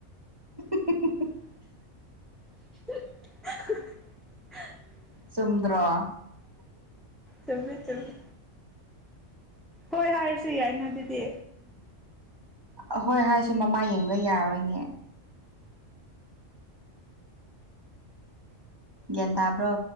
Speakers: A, on the right (about 20°); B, in the centre.
A: <unintelligible>
B: <unintelligible>
A: ꯆꯨꯝꯗ꯭ꯔꯣ
B: ꯆꯨꯝꯃꯦ ꯆꯨꯝꯃꯦ ꯍꯣꯏ ꯍꯥꯏꯔꯁꯨ ꯌꯥꯏꯅ ꯑꯗꯨꯗꯤ
A: ꯑ ꯍꯣꯏ ꯍꯥꯏꯔꯁꯨ ꯃꯃꯥꯏ ꯌꯦꯡꯕ ꯌꯥꯔꯣꯏꯅꯦ ꯒ꯭ꯌꯥꯟ ꯇꯥꯕ꯭ꯔꯣ